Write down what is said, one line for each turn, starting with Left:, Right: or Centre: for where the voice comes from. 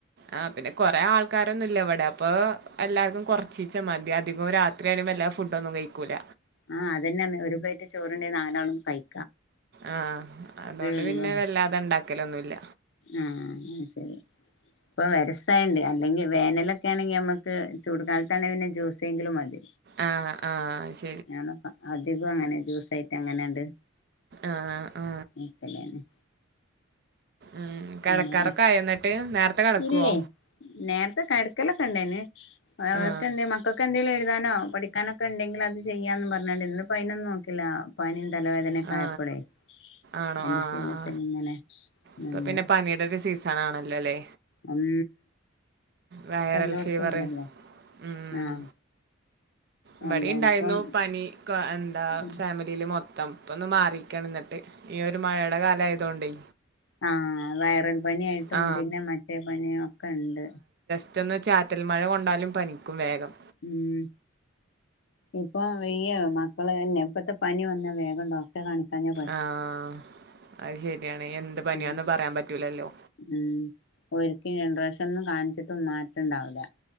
Right: ആഹ് പിന്നെ കൊറെ ആൾക്കാരൊന്നും ഇല്ല ഇവടെ അപ്പൊ എല്ലാർക്കും കൊറച്ചീചെ മതി അധികം രാ ത്രി അയ്ന് വല്ലാതെ ഫുഡൊന്നും കയിക്കൂല്ല.
Left: ആഹ് അതന്നെ പർഞെ ഒരു പ്ലേറ്റ് ചോറ്ണ്ടെ നാലാളും കഴി
Right: ആഹ് അതോണ്ട്
Left: ഉള്ളൂ
Right: പിന്നെ വല്ലാതെ ഇണ്ടാക്കലൊന്നുല്ല.
Left: ആഹ് അത്ശരി. ഇപ്പം വരസായോണ്ട് അല്ലെങ്കി വേനലൊക്കെ ആണെങ്കി ഞമ്മക്ക് ചൂട് കാലത്താണെ പിന്നെ ജ്യൂസേങ്കിലും മതി.
Right: ആഹ് ആഹ് അഹ്
Left: ഞാനൊക്ക അധികും അങ്ങനെ ജ്യൂസായിട്ട് അങ്ങനാണ്ട്
Right: ആഹ് അ
Left: നീക്കല്ലാന്ന്
Right: ഉം കെടക്കാറൊക്കെ
Left: പിന്നെ
Right: ആയോ ഇന്നട്ട്, നേരത്തെ കെടക്കുവോ?
Left: ഇല്ലേ നേരത്തെ കടക്കലൊക്കെണ്ടേന് അവർക്ക്
Right: ആ
Left: എന്തേം മക്കക്ക് എന്തേലും എഴുതാനോ പഠി ക്കാനൊക്കെണ്ടെങ്കിൽ അത് ചെയ്യാന്നും പർഞ്ഞാണ്ടേ ഇന്ന്പ്പ അയിനൊന്നും നോക്കില്ല. പനിയും തലവേദനൊക്ക
Right: ആ
Left: ആയപ്പളേ
Right: ആണോ
Left: അയിന്റെ
Right: ആ
Left: ക്ഷീണത്തില്
Right: ആ.
Left: ഇങ്ങനെ നിന്ന്
Right: ഇപ്പൊ പിന്നെ പനിയുടെ ഒരു സീസൺ ആണല്ലോല്ലേ?
Left: ഉം
Right: വൈറൽ
Left: ഇപ്പ എല്ലോടത്തും
Right: ഫീവറ്
Left: ഇണ്ടല്ലോ
Right: ഉം
Left: ആഹ് സംഭവം
Right: ഇവടിം ഇണ്ടായിരുന്നു
Left: ഇപ്പം
Right: പനി കൊ എന്താ
Left: ഉം
Right: ഫാമി ലീല് മൊത്തം ഇപ്പൊ ഒന്ന് മാറിക്കാണ് ഇന്നട്ട്. ഈ ഒരു മഴയുടെ കാലായതോണ്ടേ.
Left: ആഹ് വയറൽ പനി ആയിട്ടും
Right: ആ
Left: പിന്നെ മറ്റേ പനിയും ഒക്കെ ഇണ്ട്
Right: റ്റൊന്ന് ചാറ്റൽ മഴ കൊണ്ടാലും പനിക്കും വേഗം
Left: ഉം ഇപ്പൊ വെയ്യ മക്കള് തന്നെ ഇപ്പത്തെ പനി വന്നാ വേഗം ടോ ക്ട്രെ കാണിക്കാഞ്ഞ
Right: ആഹ് അയ് ശരിയാണ് എന്ത് പനിയാന്ന്
Left: ഉം
Right: പറയാൻ പറ്റൂലല്ലോ
Left: ഉം ഒരിക്കിം രണ്ട് പ്രാവശ്യം ഒന്നും കാണിച്ചിട്ടും മാറ്റം ഇണ്ടാവൂല